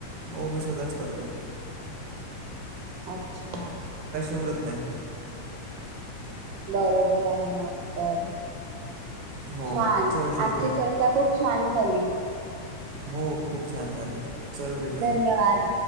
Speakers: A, on the right; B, on the right.
A: हो, मी स्वतःच करतोय.
B: अच्छा.
A: उरत नाही.
B: बरोबर आहे मग तर.
A: हो
B: छान,
A: चल ठीक
B: आजची
A: आहे
B: चर्चा खूप छान झाली.
A: हो खूप छान झाले. चल भेटूया
B: धन्यवाद!.